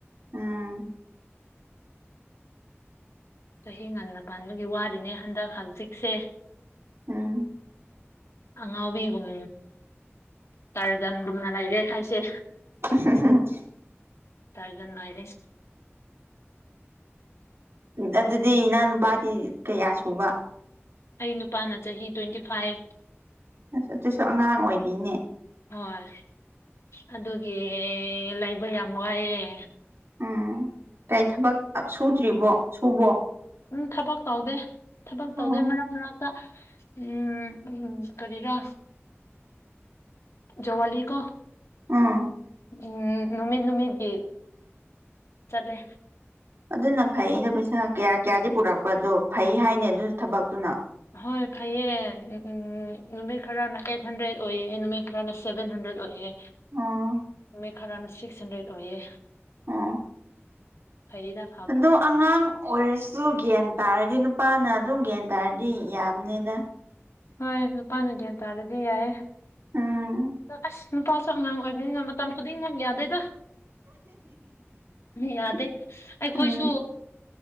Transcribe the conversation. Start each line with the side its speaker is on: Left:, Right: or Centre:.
Right: ꯑꯝ
Left: ꯆꯍꯤ ꯉꯟꯅ ꯄꯥꯟꯕꯒꯤ ꯋꯥꯗꯤꯅꯦ ꯍꯟꯗꯛ ꯍꯝꯖꯤꯛꯁꯦ
Right: ꯎꯝ
Left: ꯑꯉꯥꯎꯕꯤꯒꯨꯝ ꯇꯤꯔꯖꯟꯒꯨꯝꯅ ꯂꯩꯔꯦ ꯍꯥꯏꯁꯦ
Right: <unintelligible>
Left: ꯇꯥꯔꯖꯥꯟ ꯑ‌ꯣꯏꯔꯦ
Right: ꯎ ꯑꯗꯨꯗꯤ ꯏꯅꯥꯎ ꯅꯨꯄꯥꯗꯤ ꯀꯌꯥ ꯁꯨꯕ
Left: ꯑꯩ ꯅꯨꯄꯥꯅ ꯆꯍꯤ ꯇ꯭ꯋꯦꯟꯇꯤ ꯐꯥꯏꯚ
Right: ꯑꯁ ꯑꯗꯨꯁꯨ ꯑꯉꯥꯡ ꯑꯣꯏꯔꯤꯅꯦ
Left: ꯍꯣꯏ ꯑꯗꯨꯒꯤ ꯂꯩꯕ ꯌꯥꯝ ꯋꯥꯏꯑꯦ
Right: ꯎꯝ ꯀꯧ ꯊꯕꯛ ꯁꯨꯗ꯭ꯔꯤꯕꯣ ꯁꯨꯕꯣ
Left: ꯎꯝ ꯊꯕꯛ ꯇꯧꯗꯦ ꯊꯕꯛ
Right: ꯎꯝ
Left: ꯇꯧꯗꯦ ꯃꯔꯛ ꯃꯔꯛ ꯇ ꯎꯝ ꯎꯝ ꯀ꯭ꯔꯤꯔ ꯖꯋꯥꯂꯤ ꯀꯣ
Right: ꯑꯥ
Left: ꯎꯝ ꯅꯨꯃꯤꯠ ꯅꯨꯃꯤꯠꯀꯤ ꯆꯠꯂꯦ
Right: ꯑꯗꯨꯅ ꯐꯩꯗ ꯄꯩꯁꯥ ꯀꯌꯥ ꯀꯌꯥꯗꯤ ꯄꯨꯔꯛꯄꯗꯣ ꯐꯩ ꯍꯥꯏꯅ‌ꯦ ꯑꯗꯨ ꯊꯕꯛꯇꯨꯅ
Left: ꯍꯣꯏ ꯐꯩꯌꯦ ꯎꯝ ꯅꯨꯃꯤꯠ ꯈꯔꯅ ꯑꯩꯠ ꯍꯟꯗ꯭ꯔꯦꯠ ꯑꯣꯏꯌꯦ ꯅꯨꯃꯤꯠ ꯈꯔꯥꯅ ꯁꯕꯦꯟ ꯍꯟꯗ꯭ꯔꯦꯠ ꯑꯣꯏꯌꯦ
Right: ꯑ‌ꯣ
Left: ꯅꯨꯃꯤꯠ ꯈꯔꯅ ꯁꯤꯛꯁ ꯍꯟꯗ꯭ꯔꯦꯗ ꯑꯣꯏꯌꯦ
Right: ꯑꯥ
Left: ꯐꯩꯗ
Right: ꯑꯗꯣ ꯑꯉꯥꯡ ꯑꯣꯏꯔꯁꯨ ꯒ꯭ꯌꯥꯟ ꯇꯥꯔꯗꯤ ꯅꯨꯄꯥꯅ ꯑꯗꯨꯝ ꯒ꯭ꯌꯥꯟ ꯇꯥꯔꯗꯤ ꯌꯥꯕꯅꯤꯗ
Left: ꯍꯣꯏ ꯅꯨꯄꯥꯅ ꯒ꯭ꯌꯥꯟ ꯇꯥꯔꯗꯤ ꯌꯥꯏ
Right: ꯎꯝ
Left: ꯑꯗꯣ ꯑꯁ ꯅꯨꯄꯥꯁꯨ ꯑꯉꯥꯡ ꯑꯣꯏꯕꯅꯤꯅ ꯃꯇꯝ ꯈꯨꯗꯤꯡꯃꯛ ꯌꯥꯗꯦꯗ ꯌꯥꯗꯦ ꯑꯩꯈꯣꯏꯁꯨ
Right: ꯎꯝ